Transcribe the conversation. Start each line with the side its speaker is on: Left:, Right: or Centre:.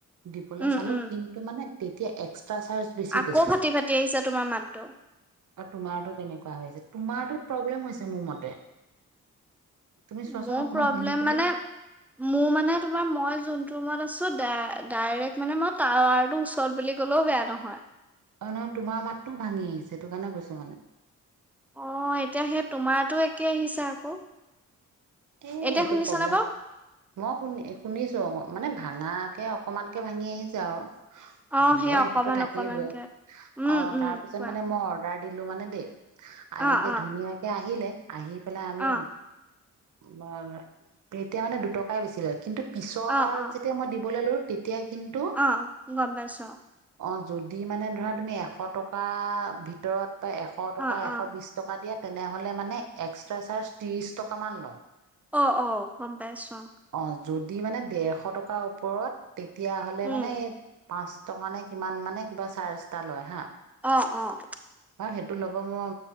Right: দীপলা
Centre: উম
Right: চালো
Centre: উম
Right: কিন্তু মানে। তেতিয়া এক্স। এটা চাৰ্জ বেছি
Centre: আকৌ
Right: গৈছে
Centre: ফাটি ফাটি আহিছে তোমাৰ মাতটো
Right: আৰু তোমাৰতো তেনেকুৱা হৈ আছে। তোমাৰটো প্ৰব্লেম হৈছে মোৰ মতে। তুমি চোৱাচোন
Centre: মোৰ
Right: অকমান
Centre: প্ৰব্লেম
Right: হিলি কৰি
Centre: মানে মোৰ মানে তোমাৰ মই জোনটো ৰুমত আছো। ডাইৰেক্ট মানে মই টাৱাৰ টো ওচৰত বুলি ক'লেও বেয়া নহয়।
Right: অহ নহয় তোমাৰ মাতটোও ভাঙি আহিছে সিটো কাৰণে কৈছো মানে।
Centre: অ এতিয়া সেই তোমাৰো একে আহিছে আকৌ।
Right: এ
Centre: এতিয়া
Right: এইটো
Centre: শুনিছানে
Right: প্ৰব্লেম
Centre: বাৰু?
Right: মই শুনি শুনিছো অকৌ। মানে ভাঙাকে অকমানকে ভাঙি আহিছে আৰু।
Centre: অ
Right: হ'ব
Centre: সেইয়া
Right: সেইটোতো
Centre: অকমান
Right: থাকিবই
Centre: অকমানকে উম
Right: অ
Centre: উম
Right: তাৰ পিছত
Centre: কোৱা।
Right: মানে মই অৰ্ডাৰ দিলো মানে দে। এনেকে
Centre: অ' অ'
Right: ধুনীয়াকে আহিলে। আহি পেলাই আমি।
Centre: অ'
Right: তোমাৰ এতিয়া মানে দুটকাই বেছি লয় কিন্তু। পিছৰ
Centre: অ'
Right: বাৰ
Centre: অ'
Right: যেতিয়া মই দিব ললো। এতিয়া কিন্তু
Centre: অ' গম পাইছো
Right: অহ। যদি মানে ধৰা তুমি এশ টকা ভিতৰত। এশ টকা
Centre: অ'
Right: এশ
Centre: অ'
Right: বিশ টকা দিয়া। তেনেহলে মানে এক্সট্ৰা চাৰ্জ ত্ৰিছ টকামান লয়।
Centre: অহ অহ গম পাইছো।
Right: অ যদি মানে ডেৰশ টকাৰ ওপৰত। তেতিয়া হ'লে
Centre: উম
Right: মানে পাঁচ। টকা নে কিমান মানে কিবা চাৰ্জ এটা লয় হা
Centre: অহ অহ।
Right: সেইটো ল'ব মই